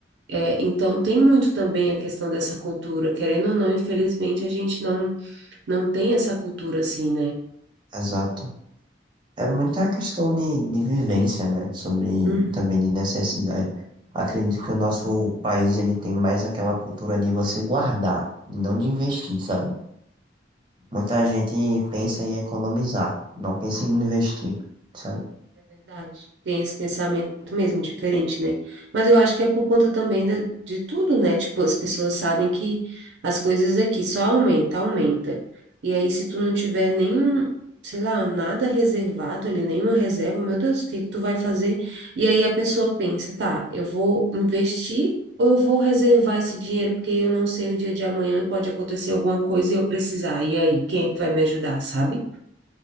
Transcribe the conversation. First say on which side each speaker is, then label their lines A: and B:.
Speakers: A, on the right (about 70°); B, on the right (about 25°).
A: É, então, tem muito também a questão dessa cultura, querendo ou não, infelizmente, a gente não, não tem essa cultura assim, né?
B: Exato. É muita questão de, de vivência, né? Sobre e
A: Uhum.
B: também de necessidade. Acredito que o nosso país ele tem mais aquela cultura de você guardar, e não de investir, sabe? Muita gente pensa em economizar, não pensa em investir, sabe?
A: É verdade. Tem esse pensamento mesmo diferente, né? Mas eu acho que é por conta também da, de tudo, né? Tipo, as pessoas sabem que as coisas aqui só aumenta, aumenta. E aí, se tu não tiver nenhum, sei lá, nada reservado ali, nenhuma reserva, meu Deus, o que que tu vai fazer? E aí a pessoa pensa, tá, eu vou investir ou eu vou reservar esse dinheiro porque eu não sei o dia de amanhã e pode acontecer alguma coisa e eu precisar. E aí, quem é que vai me ajudar, sabe?